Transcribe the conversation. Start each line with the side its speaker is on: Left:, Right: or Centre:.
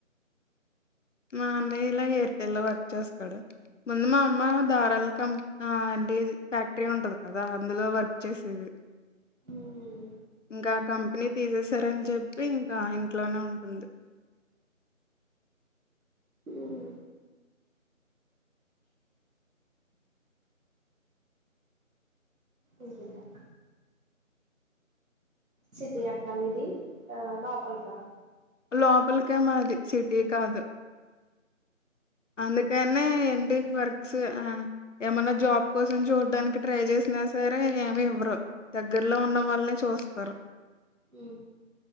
Left: మా అన్నయ్య ఇలా ఎయిర్ టెల్ లో వర్క్ చేస్తడు ముందు మా అమ్మ ధారాల కం ఆ అంటే ఫ్యాక్టరీ ఉంటది కదా అందులో వర్క్ చేసేది
Right: ఉహుమ్
Left: ఇంకా కంపెనీ తీసేసారని చెప్పి ఇంక ఇంట్లోనే ఉంటుంది
Right: ఉమ్ ఊకింకా సిటీ అక్క మీది ఆ లోపలికా
Left: లోపలికే మాది సిటీ కాదు అందుకనే ఏంటి వర్క్స్ ఆ ఏమైన్నా జాబ్ కోసం చూడడానికి ట్రై చేస్ వన సరే ఏమి ఎవ్వరు దగ్గరలో ఉన్న వాళ్ళనే చూస్తరు
Right: హు